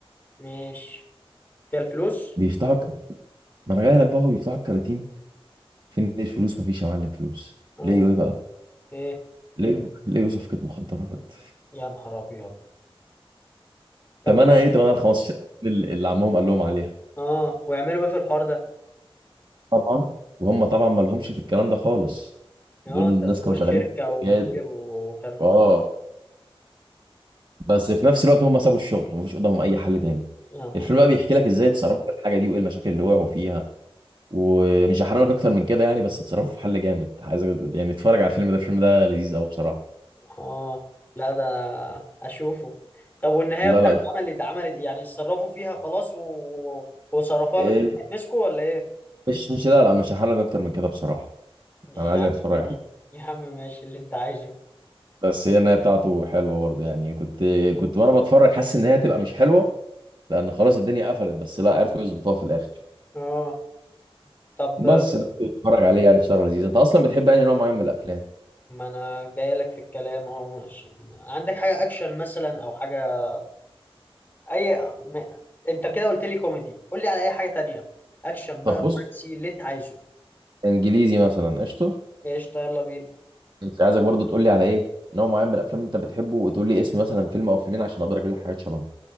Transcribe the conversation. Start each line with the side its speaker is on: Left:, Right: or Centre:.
Left: ماشي فيها الفلوس
Right: بيفتحوا الك- ما انا جاي لك بقى هو بيفتحوا الكراتين فين الفلوس مفيش يا معلم فلوس
Left: اه
Right: لقيوا ايه بقى
Left: ايه
Right: لقيوا لقيوا صفقه مخدرات
Left: يا نهار ابيض طب
Right: تمنها
Left: ويع-
Right: ايه تمنها ال 15 اللي اللي عمهم قال لهم عليها
Left: اه ويعملوا ايه في الحوار ده
Right: طبعا وهم طبعا ما لهمش في الكلام ده خالص
Left: اه
Right: دول الناس
Left: انت بتقول
Right: كانوا شغالين
Left: شركة
Right: في
Left: ومدير
Right: الشركات
Left: وكان
Right: اه بس في نفس الوقت هم سابوا الشغل مفيش قدامهم اي حل تاني
Left: يا نهار
Right: الفيلم
Left: أبيض.
Right: بقى بيحكي لك ازاي اتصرفوا في الحاجه دي وايه المشاكل اللي وقعوا فيها ومش هحرق لك اكتر من كده يعني بس اتصرفوا في حل جامد عايز يعني اتفرج على الفيلم ده الفيلم ده لذيذ قوي بصراحه
Left: اه لا ده اشوفه طب والنهاية
Right: لا
Left: بتاعت
Right: لا
Left: عمل عمل يعني اتصرفوا فيها خلاص و... وصرفوها
Right: إيه،
Left: من هتمسكوا ولا ايه
Right: مش مش لا لا مش هحرق لك اكتر من كده بصراحه
Left: يا
Right: انا عايزك
Left: عم
Right: تتفرج عليه
Left: يا عم ماشي اللي انت عايزه
Right: بس هي النهايه بتاعته حلوه برضه يعني كنت كنت وانا بتفرج حاسس ان هي هتبقى مش حلوه لان خلاص الدنيا قفلت بس لا عرفوا يظبطوها في الاخر
Left: اه طب
Right: بس ده كنت بتفرج عليه يعني في شهر لذيذ انت اصلا بتحب انهي نوع معين من الافلام
Left: ما انا جاي لك في الكلام اهو ماشي عندك حاجة اكشن مثلا او حاجة اي م... انت كده قلت لي كوميدي قول لي على اي حاجه تانية اكشن
Right: طب
Left: بقى رومانسي
Right: بص
Left: اللي انت عايزه
Right: انجليزي مثلا قشطه
Left: قشطه يلا بينا
Right: انت عايزك برضه تقول لي على ايه نوع معين من الافلام انت بتحبه وتقول لي اسم مثلا فيلم او فيلمين عشان اقدر اجيب لك حاجات شبهه